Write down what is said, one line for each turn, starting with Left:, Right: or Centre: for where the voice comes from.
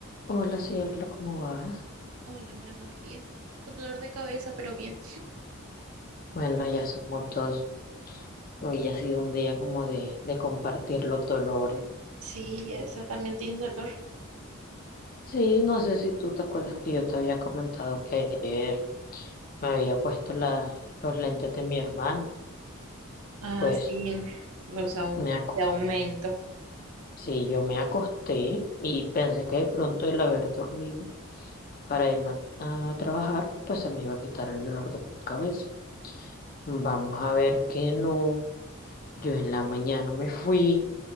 Left: Hola cielo, ¿cómo vas?
Right: Hola, mi amor, bien. Con dolor de cabeza, pero bien.
Left: Bueno, ya somos dos. Hoy ha sido un día como de, de compartir los dolores.
Right: Sí, esa también tiene dolor.
Left: Sí, no sé si tú te acuerdas que yo te había comentado que ayer me había puesto la, los lentes de mi hermana.
Right: Ah,
Left: Pues
Right: sí, los au-
Left: me, ac-
Right: de aumento.
Left: sí, yo me acosté y pensé que de pronto el haber dormido para irme a, a trabajar, pues se me iba a quitar el dolor de cabeza. Vamos a ver que no. Yo en la mañana me fui.